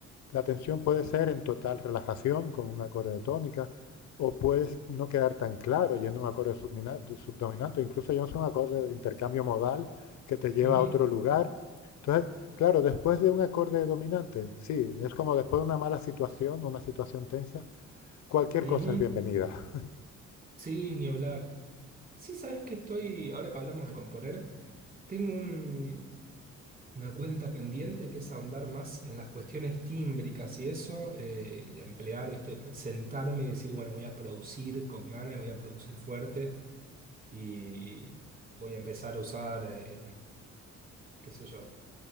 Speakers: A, on the left; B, on the right.
A: la tensión puede ser en total relajación con un acorde de tónica, o puedes no quedar tan claro yendo a un acorde subdominante, incluso yendo a un acorde de intercambio modal que te lleva
B: ujú.
A: a otro lugar. Entonces, claro, después de un acorde dominante, sí, es como después de una mala situación, una situación tensa, cualquier
B: Ujú.
A: cosa es bienvenida.
B: Sí, ni hablar. Sí, sabes que estoy, ahora que hablamos de componer, tengo un, una cuenta pendiente que es ahondar más en las cuestiones tímbricas y eso, eh, y emplear, ¿viste? Sentarme y decir, bueno, voy a producir con ganas, voy a producir fuerte y voy a empezar a usar, eh, qué sé yo,